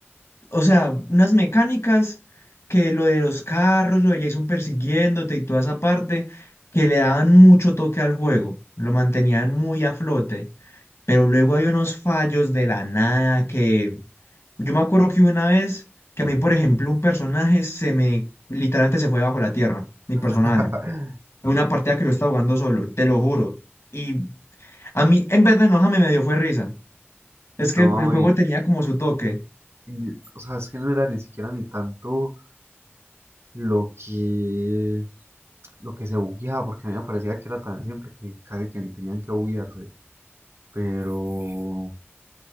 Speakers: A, on the left; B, on the right.
A: o sea, unas mecánicas que lo de los carros, lo de Jason persiguiéndote y toda esa parte, que le daban mucho toque al juego, lo mantenían muy a flote. pero luego hay unos fallos de la nada que yo me acuerdo que hubo una vez que a mí, por ejemplo, un personaje se me literalmente se fue bajo la tierra, mi
B: <laughs>
A: personaje, en una partida que yo estaba jugando solo, te lo juro. Y a mí, en vez de enojarme, me dio fue risa. Es que
B: No,
A: el, el juego
B: y,
A: tenía como su toque.
B: y, o sea, es que no era ni siquiera ni tanto lo que lo que se bugueaba, porque a mí me parecía que era tan simple que casi que ni tenían que buguearse, pero